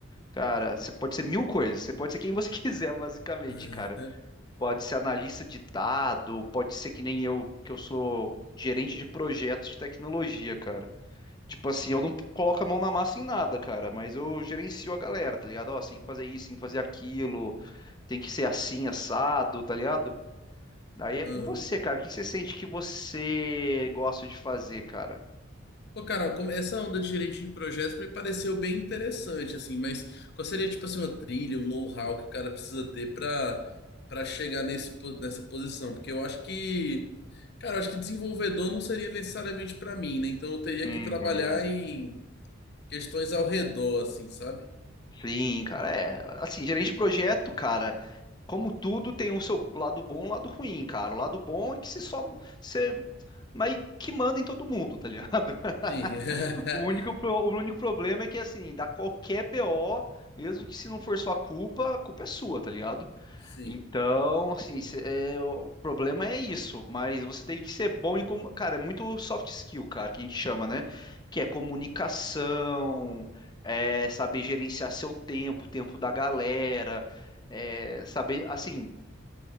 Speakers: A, on the left; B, on the left.
A: Cara, você pode ser mil coisas, você pode ser quem você <laughs> quiser, basicamente,
B: <laughs>
A: cara. Pode ser analista de dado, pode ser que nem eu, que eu sou gerente de projetos de tecnologia, cara. Tipo assim, eu não coloco a mão na massa em nada, cara, mas eu gerencio a galera, tá ligado? Ó, você tem que fazer isso, tem que fazer aquilo, tem que ser assim, assado, tá ligado? Daí é
B: Aham.
A: com você, cara. O que você sente que você gosta de fazer, cara?
B: Pô, Carol, como- essa onda de gerente de projetos me pareceu bem interessante, assim, mas qual seria, tipo assim, uma trilha, um know-how que o cara precisa ter pra para chegar nesse, po- nessa posição? Porque eu acho que, cara, eu acho que desenvolvedor não seria necessariamente pra mim, né? Então eu teria
A: Uhum.
B: que trabalhar em questões ao redor, assim, sabe?
A: Sim, cara, é. Assim, gerente de projeto, cara. como tudo tem o seu lado bom e o lado ruim, cara. O lado bom é que você só você mas que manda em todo mundo, tá ligado? <laughs>
B: Sim, <laughs>
A: O único, pro- o único problema é que, assim, dá qualquer BO, mesmo que se não for sua culpa, a culpa é sua, tá ligado?
B: sim,
A: Então, assim, cê- é, o problema é isso, mas você tem que ser bom em. como, Cara, é muito soft skill, cara, que a gente chama, né? Que é comunicação, é saber gerenciar seu tempo, o tempo da galera, é saber, assim